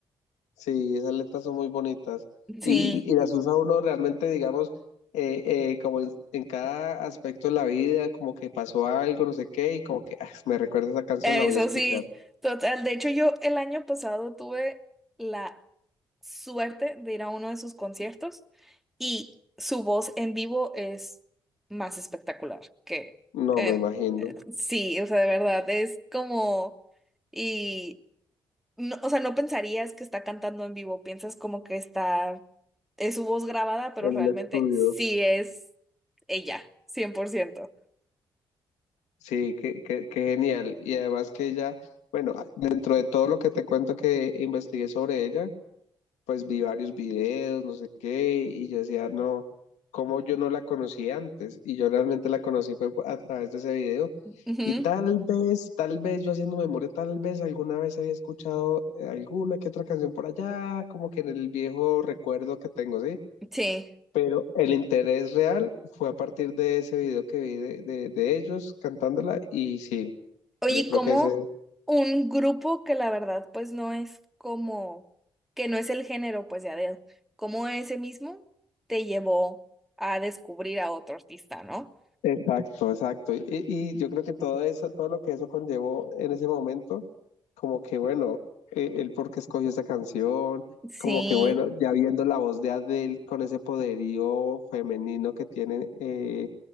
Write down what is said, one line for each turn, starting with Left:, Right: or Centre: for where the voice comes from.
Left: Sí, esas letras son muy bonitas.
Centre: Sí.
Left: Y, y las usa uno realmente, digamos, eh, eh, como en, en cada aspecto de la vida, como que pasó algo, no sé qué, y como que ah, me recuerda esa canción,
Centre: Eso
Left: la voy a escuchar.
Centre: sí, total. De hecho, yo el año pasado tuve la suerte de ir a uno de sus conciertos y su voz en vivo es más espectacular que
Left: No,
Centre: en...
Left: me imagino.
Centre: Sí, o sea, de verdad, es como... Y, no- o sea, no pensarías que está cantando en vivo, piensas como que está... Es su voz grabada, pero
Left: En
Centre: realmente
Left: un estudio.
Centre: sí es ella, 100%.
Left: Sí, qué, qué, qué genial. Y además que ella, bueno, dentro de todo lo que te cuento que investigué sobre ella, pues vi varios videos, no sé qué, y yo decía, no, ¿cómo yo no la conocí antes? Y yo realmente la conocí fue a través de ese video.
Centre: Ujú,
Left: Y tal vez, tal vez yo haciendo memoria, tal vez alguna vez había escuchado eh, alguna que otra canción por allá, como que en el viejo recuerdo que tengo, ¿sí?
Centre: Sí.
Left: Pero el interés real fue a partir de ese video que vi de, de, de ellos cantándola y sí,
Centre: Oye,
Left: yo
Centre: ¿y
Left: creo
Centre: ¿cómo
Left: que ese
Centre: un grupo que la verdad pues no es como, que no es el género pues ya de él, cómo ese mismo te llevó a descubrir a otro artista, ¿no?
Left: Exacto, exacto. Y, y yo creo que todo eso, todo lo que eso conllevó en ese momento, como que bueno, eh, el por qué escogió esa canción,
Centre: Sí,
Left: como que bueno, ya viendo la voz de Adele con ese poderío femenino que tiene eh,